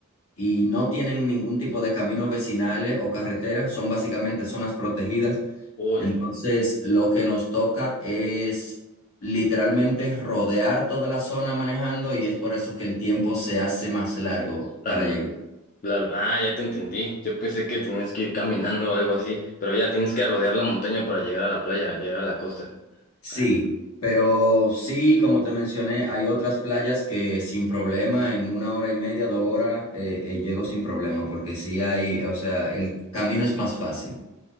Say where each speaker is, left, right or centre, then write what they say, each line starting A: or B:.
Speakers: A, on the left; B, on the left.
A: y no tienen ningún tipo de caminos vecinales o carreteras, son básicamente zonas protegidas.
B: Uy,
A: Entonces,
B: en-
A: lo que nos toca es literalmente rodear toda la zona manejando y es por eso que el tiempo se hace más largo
B: tan
A: para llegar.
B: la- Claro. Ah, ya te entendí. Yo pensé que tenías que ir caminando o algo así, pero ya tienes que rodear la montaña para llegar a la playa, llegar a la costa.
A: Sí,
B: Ah,
A: pero sí, como te mencioné, hay otras playas que sin problema, en una hora y media, dos horas, eh, eh, llego sin problema, porque sí hay, o sea, el camino es más fácil.